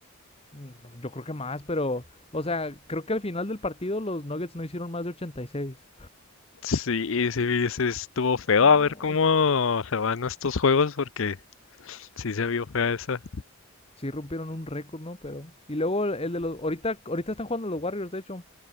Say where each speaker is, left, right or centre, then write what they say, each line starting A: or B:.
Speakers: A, on the left; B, on the left.
A: Mm, Yo creo que más, pero, o sea, creo que al final del partido los Nuggets no hicieron más de 86.
B: Sí, sí, sí, estuvo feo.
A: No,
B: A ver cómo se van estos juegos porque sí se vio fea esa.
A: sí rompieron un récord, ¿no? Pero y luego el de los ahorita ahorita están jugando los Warriors, de hecho.